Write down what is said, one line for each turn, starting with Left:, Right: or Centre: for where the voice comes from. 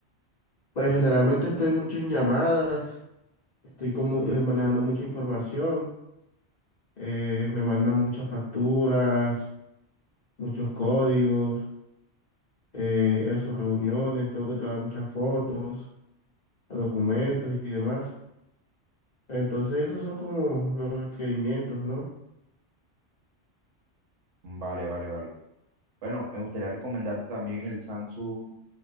Left: Pues generalmente estoy mucho en llamadas, estoy como eh, manejando mucha información, eh, me mandan muchas facturas, muchos códigos. eh, eso, reuniones, tengo que tomar muchas fotos, documentos y demás. Entonces, esos son como los requerimientos, ¿no?
Right: Mm, Vale, vale, vale. Bueno, me gustaría recomendarte también el Samsung